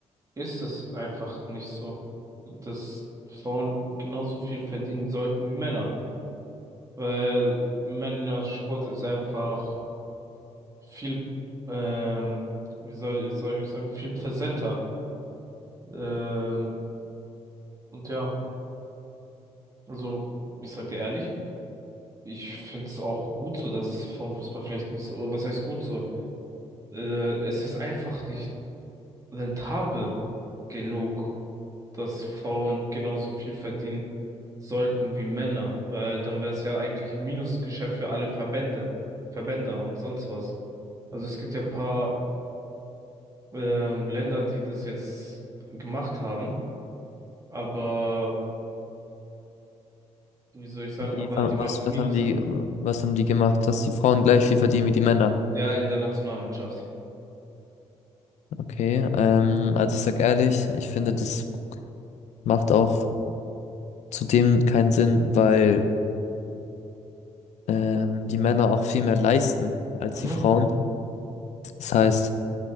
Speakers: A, on the right; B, on the left.
A: ist es einfach nicht so, dass Frauen genauso viel verdienen sollten wie Männer, weil Männersport ist einfach viel, ähm, wie soll, soll ich sagen, viel präsenter. Ähm, und ja, also ich sag dir ehrlich, ich find's auch gut so, dass Frauenfußball vielleicht nicht so, was heißt gut so? Äh, es ist einfach nicht rentabel genug. dass Frauen genauso viel verdienen sollten wie Männer, weil dann wäre es ja eigentlich ein Minusgeschäft für alle Verbände, Verbänder und sonst was. Also es gibt ja paar ähm, Länder, die das jetzt gemacht haben, aber wie soll ich sagen,
B: Wie,
A: aber
B: fa-
A: die machen
B: was, was
A: Minus
B: haben die,
A: damit.
B: was haben die gemacht, dass die Frauen gleich viel verdienen wie die Männer?
A: Ja, in der Nationalmannschaft.
B: Okay, ähm, also ich sag ehrlich, ich finde, das macht auch zudem keinen Sinn, weil ähm, die Männer auch viel mehr leisten als
A: Mhm.
B: die Frauen. Das heißt,